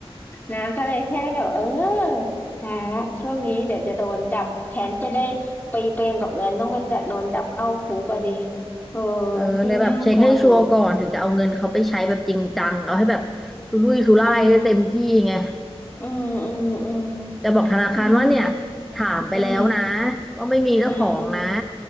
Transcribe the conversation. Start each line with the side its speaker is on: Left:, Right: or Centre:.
Left: น้ำก็เลยแค่เดี๋บวเออตายละช่วงนี้เดี๋ยวจะโดนจับแทนที่จะได้ไปเปรมกับเงินต้องไปจะโดนจับเข้าคุกก็ดิเออยิ่งน่ากลัวอยู่
Centre: เออเลยแบบเช็คให้ชัวร์ก่อนถึงจะเอาเงินเขาไปใช้แบบจริงจังเอาให้แบบสุรุ่ยสุร่ายได้เต็มที่ไง
Left: อืมอืมอืมอืม
Centre: จะบอกธนาคารว่าเนี่ยถามไปแล้วนะ
Left: อืมอืม
Centre: ว่าไม่มีเจ้าของนะ
Left: อืมอืม